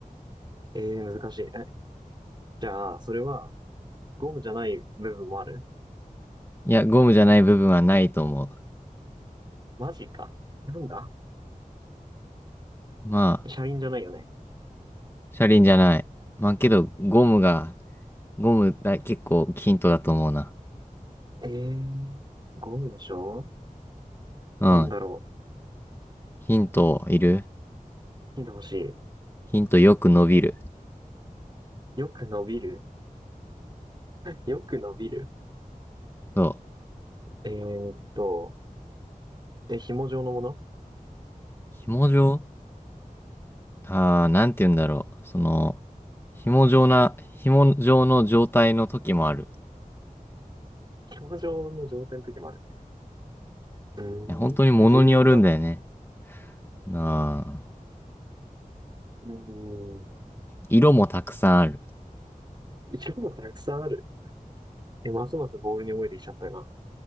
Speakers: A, on the right; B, on the left.
A: えー、難しい。え、じゃあ、それはゴムじゃない部分もある
B: いや、ゴムじゃない部分はないと思う。
A: マジか。なんだ
B: まあ、
A: 車輪じゃないよね。
B: 車輪じゃない。まあけど、ゴムが、ゴムだ、結構ヒントだと思うな。
A: えー、ゴムでしょ
B: うん。
A: なんだろう。
B: ヒントいる
A: ヒント欲し
B: ヒントよく伸びる。
A: い。よく伸びるよく伸びる。
B: そう。
A: えーっと、え、紐状のもの
B: 紐状ああー、なんて言うんだろう。その、紐状な、紐状の状態の時もある。
A: 紐状の状態の時もある。うーん。
B: いや本当に物によるんだよね。
A: え、全然わかんないな。
B: なあ。
A: うーん。
B: 色もたくさんある。
A: 色がたくさんある。え、ますますボールに覚えてきちゃったが。